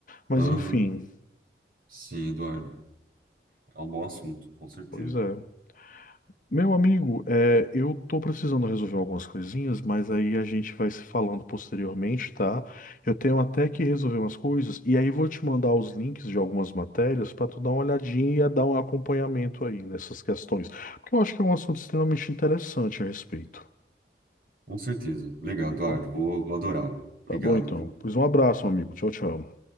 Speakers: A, on the left; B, on the right.
A: Mas
B: Aham,
A: enfim,
B: Sim, Eduardo. É um bom assunto, com certeza.
A: pois é. Meu amigo, é, eu tô precisando resolver algumas coisinhas, mas aí a gente vai se falando posteriormente, tá? Eu tenho até que resolver umas coisas, e aí vou te mandar os links de algumas matérias para tu dar uma olhadinha e dar um acompanhamento aí nessas questões, porque eu acho que é um assunto extremamente interessante a respeito.
B: Com certeza. Legal, Eduardo.
A: Bom,
B: Vou, vou adorar. Obrigado.
A: Tá bom, então? Pois um abraço, meu amigo. Tchau, tchau.